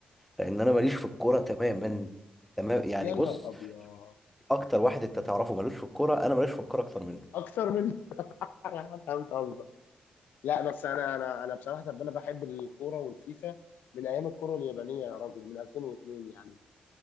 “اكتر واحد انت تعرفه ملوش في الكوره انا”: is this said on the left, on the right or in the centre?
Centre